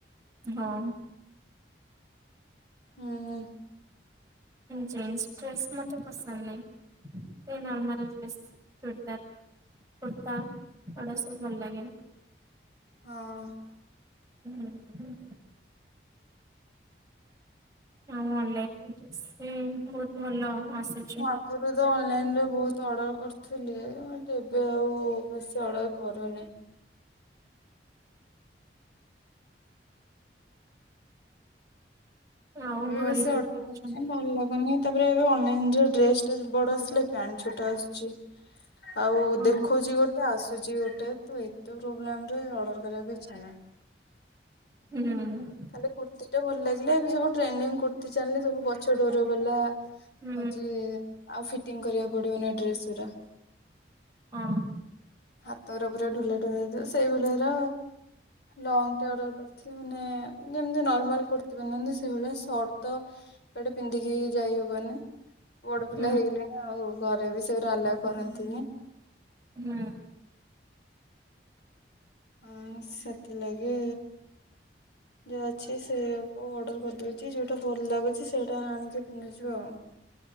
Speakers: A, on the right; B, on the left.
A: ହଁ।
B: ହୁଁ।
A: ଜିନ୍ସ ଡ୍ରେସ୍ ମୋତେ ପସନ୍ଦ ନାହିଁ ସେ ନର୍ମାଲ ଡ୍ରେସ୍ ଚୂରଦାର୍। କୁର୍ତ୍ତା ଏଗୁଡା ସବୁ ଭଲ ଲାଗେ।
B: ହଁ।
A: ହୁଁ ହୁଁ। ଆଉ ଅନଲାଇନ ଡ୍ରେସ ବି ବହୁତ ଭଲ ଆସିଛି।
B: <unintelligible> ଆଗୁରୁ ତ ଅନଲାଇନରେ ବହୁତ ଅର୍ଡ଼ର କରିଥିଲି କିନ୍ତୁ ଏବେ ଆଉ ବେଶୀ ଅର୍ଡ଼ର କରୁନି।
A: ଆଉ
B: ଏବେ
A: ଘରେ
B: ବେଶୀ
A: କିଏ
B: ଅର୍ଡର
A: କିଏ
B: କରୁନି
A: ଅଛନ୍ତି?
B: ଭଲ ଲାଗୁନି। ତାପରେ ଏବେ ଅନଲାଇନ ରେ ଡ୍ରେସ ଟା ବଡ ଆସିଲେ ପ୍ୟାଣ୍ଟ ଛୋଟ ଆସୁଛି। ଆଉ
A: ହଁ
B: ଦେଖଉଚି ଗୋଟେ ଆସୁଚି ଗୋଟେ ତ ଏତେ ପ୍ରୋବ୍ଲେମ ରେ ଅର୍ଡର କରିବାକୁ ଇଚ୍ଛା ନାହିଁ।
A: ହୁଁ ଉଁ ଉଁ।
B: ଖାଲି କୁର୍ତ୍ତୀଟା ଭଲ ଲାଗିଲା ଏବେ ସବୁ ଟ୍ରେଣ୍ଡି କୁର୍ତ୍ତି ଚାଲିନି ସବୁ ପଛ ଡୋର ବାଲା।
A: ହୁଁ
B: ହଁ ଯେ ଆଉ ଫିଟିଙ୍ଗ କରିବାକୁ ପଡିବନି ଡ୍ରେସ ଉରା।
A: ହଁ।
B: ହାତ ଉରା ପୁରା ଢ଼ୋଲା ଢ଼ୋଲା ଥିଲା ସେଇଭଳିଆ ର ଲଙ୍ଗ ଟେ ଅର୍ଡର କରି ସେ ମାନେ ଯେମିତି ନର୍ମାଲ କୁର୍ତ୍ତୀ ପିନ୍ଧନ୍ତି ସେଇଭଳିଆ ସର୍ଟ ତ କଆଡେ ପିନ୍ଧିକି ଯାଇ ହବନି। ବଡ ପିଲା
A: ହୁଁ
B: ହେଇଗଲିଣି ଆଉ ଘରେ ବି ସେଉରା ଆଲାଉ କରନ୍ତିନି।
A: ହୁଁ।
B: ହଁ ସେଥିଲାଗି ଯାଉଛି ସେୟାକୁ ଅର୍ଡ଼ର କରିଦଉଛି ଯୋଉଟା ଭଲ ଲାଗୁଛି ସେଇଟା ଆଣିକି ପିନ୍ଧିକି ଯିବା ଆଉ।